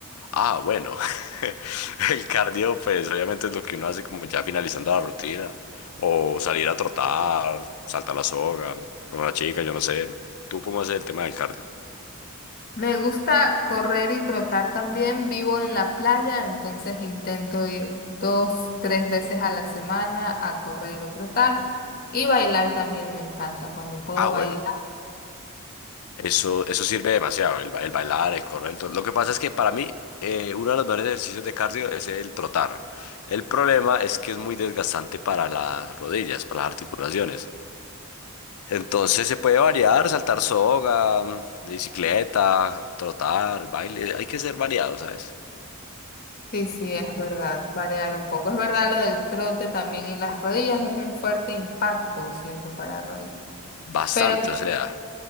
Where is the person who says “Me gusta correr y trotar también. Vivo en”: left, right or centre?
Left